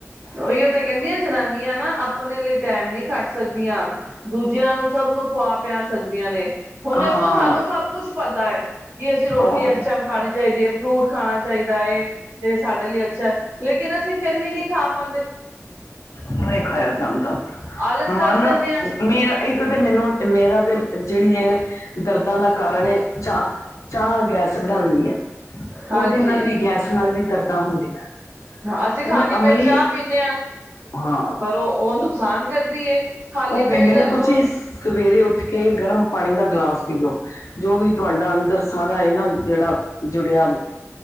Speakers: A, on the right; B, on the left.
A: ਉਹੀਓ ਤਾਂ ਕਹਿੰਦੀ ਆ ਜਨਾਨੀਆਂ ਨਾ ਆਪਣੇ ਲਈ ਟਾਈਮ ਨਹੀਂ ਖੱਟ ਸਕਦੀਆਂ ਦੂਜਿਆਂ ਨੂੰ ਸਭ ਨੂੰ ਖੁਆ ਪਿਆ ਸਕਦੀਆਂ ਨੇ। ਹੁਣ
B: ਹਾਂ
A: ਦੇਖੋ ਸਾਨੂੰ ਸਭ ਕੁਛ ਪਤਾ ਹੈ ਕਿ ਅਸੀਂ ਰੋਟੀ
B: ਉਹ
A: ਇਸ ਟਾਈਮ ਖਾਣੀ ਚਾਹੀਦੀ ਹੈ, ਫਰੂਟ ਖਾਣਾ ਚਾਹੀਦਾ। ਦਾ ਤੇ ਸਾਡੇ ਲਈ ਅੱਛਾ ਹੈ ਲੇਕਿਨ ਅਸੀਂ ਫਿਰ ਵੀ ਨਹੀਂ ਖਾ ਪਾਉਦੇ।
B: ਨਹੀਂ ਖਾਇਆ ਜਾਂਦਾ
A: ਆਲਸ
B: ਮਨ
A: ਕਰ ਜਾਂਦੇ ਹਾਂ
B: ਇੱਕ ਤਾਂ ਮੈਨੂੰ ਮੇਰਾ ਤੇ ਜਿਹੜੀ ਹੈ ਦਰਦਾਂ ਦਾ ਕਾਰਨ ਹੈ ਚਾ ਚਾਹ ਗੈਸ ਬਣਾਉਂਦੀ ਹੈ
A: ਹਾਂਜੀ
B: ਉਹਦੇ ਨਾਲ ਵੀ ਗੈਸ ਨਾਲ ਵੀ ਦਰਦਾਂ ਹੁੰਦੀਆਂ।
A: ਅਸੀਂ ਖਾਲੀ
B: ਹੁਣ
A: ਪੇਟ
B: ਅਮਲੀ
A: ਚਾਹ ਪੀਦੇ ਹਾਂ ਤੇ
B: ਹਾਂ
A: ਪਰ ਉਹ ਉਹ ਨੁਕਸਾਨ ਕਰਦੀ। ਖਾਲੀ
B: ਉਹ ਕਹਿੰਦੇ
A: ਪੇਟ
B: ਨੇ ਤੁਸੀਂ
A: ਹੁਣ
B: ਸਵੇਰੇ ਉੱਠ ਕੇ ਗਰਮ ਪਾਣੀ ਦਾ ਗਲਾਸ ਪੀਓ ਜੋ ਵੀ ਤੁਹਾਡਾ ਅੰਦਰ ਸਾਰਾ ਇਹ ਨਾ ਜਿਹੜਾ ਜੁੜਿਆ